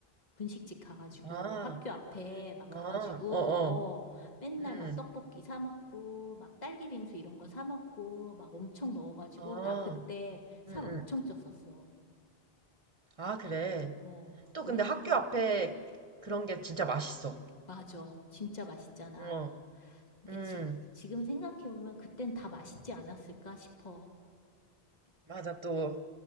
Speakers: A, on the left; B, on the right.
A: 분식집 가가지고
B: 아,
A: 학교 앞에 막
B: 아,
A: 가가지고
B: 어 어,
A: 어 맨날
B: 응,
A: 막 떡볶이 사 먹고 막 딸기 빙수 이런 거 사 먹고 막 엄청 먹어가지고
B: 아.
A: 나 그때 살
B: 응, 응.
A: 엄청 쪘었어.
B: 아, 그래.
A: 어
B: 또
A: 우리
B: 근데 학교 앞에 그런 게 진짜 맛있어.
A: 맞아. 진짜 맛있잖아.
B: 어,
A: 근데
B: 음,
A: 지, 지금 생각해보면 그땐 다 맛있지 않았을까 싶어.
B: 맞아. 또